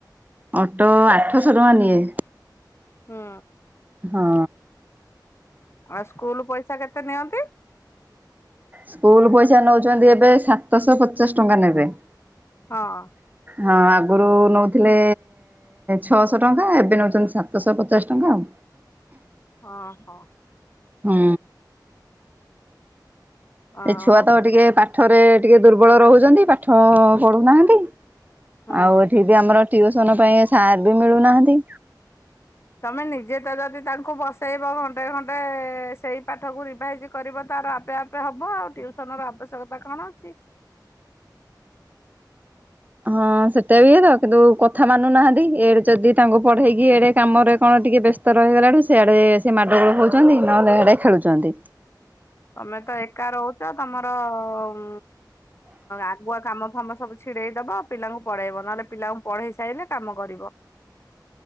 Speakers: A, on the right; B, on the left.
A: ଅଟୋ ଆଠଶହ ଟଙ୍କା ନିଏ
B: ହୁଁ
A: ହଁ।
B: ଆଉ ସ୍କୁଲ ପଇସା କେତେ ନିଅନ୍ତି?
A: ସ୍କୁଲ ପଇସା ନଉଛନ୍ତି ଏବେ ସାତଶହ ପଚାଶ ଟଙ୍କା ନେବେ।
B: ହଁ।
A: ହଁ ଆଗରୁ ନେଉଥିଲେ ଛଅଶହ ଟଙ୍କା ଏବେ ନଉଛନ୍ତି ସାତଶହ ପଚାଶ ଟଙ୍କା ଆଉ।
B: ହ ହୋ।
A: ହୁଁ
B: ଆଉ
A: ଏଚେ ଛୁଆ ତ ଟିକେ ପାଠରେ ଟିକେ ଦୁର୍ବଳ ରହୁଛନ୍ତି ପାଠ ପଢୁନାହାନ୍ତି।
B: ହୁଁ
A: ଆଉ ଏଠି ବି ଆମର ଟିଉସନ ପାଇଁ ସାର ବି ମିଳୁନାହାନ୍ତି।
B: ତମେ ନିଜେ ତ ଯଦି ତାଙ୍କୁ ବସେଇବ ଘଣ୍ଟେ ଘଣ୍ଟେ ସେଇ ପାଠକୁ ରିଭାଇଜି କରିବ ତାର ଆପେ ଆପେ ହବ ଆଉ ଟ୍ୟୁସନ ର ଆବଶ୍ୟକତା କଣ ଅଛି।
A: ହଁ ସେଟା ବିଇଏ ତ କିନ୍ତୁ କଥା ମାନୁ ନାହାନ୍ତି ଏଡେ ଯଦି ତାଙ୍କୁ ପଢେଇକି ଏଡେ କାମରେ କଣ ଟିକେ ବ୍ୟସ୍ତ। ବ୍ୟସ୍ତ ରହିଗଲାଠୁ ସିଆଡେ ସେଏ ମାଡ଼ଗୋଳ ହଉଛନ୍ତି ନହେଲେ ଏଆଡେ ଖେଳୁଛନ୍ତି।
B: ତମେ ତ ଏକା ରହୁଛ ତମର ଉ ଆଗୁଆ କାମ ଫାମ ସବୁ। ଛିଡେଇ ଦବ ପିଲାଙ୍କୁ ପଢେଇବ ନହେଲେ ପିଲାଙ୍କୁ ପଢେଇ ସାରିଲେ କାମ କରିବ।